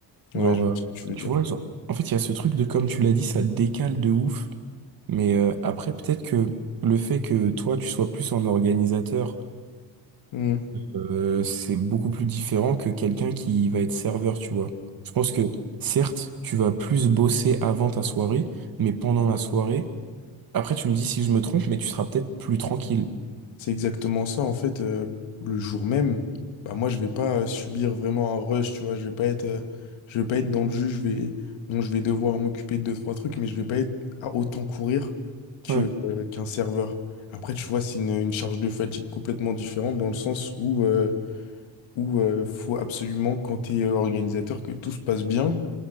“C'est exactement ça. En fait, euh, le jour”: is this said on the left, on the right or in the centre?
Left